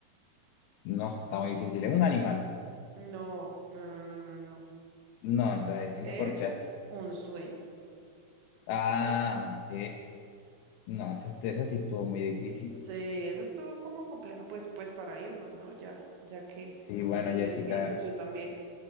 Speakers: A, on the left; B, on the right.
A: no, está muy difícil. Es un animal.
B: No, no, no, no, no, no.
A: No, entonces ahí sí
B: Es
A: me corchaste.
B: un sueño.
A: Ah, ok. No, esa, esa sí estuvo muy difícil.
B: Sí, esa estuvo como compleja. Pues, pues para irnos, ¿no? Ya, ya que,
A: Sí, bueno,
B: que te
A: Jessica,
B: tienes que ir, pues yo también.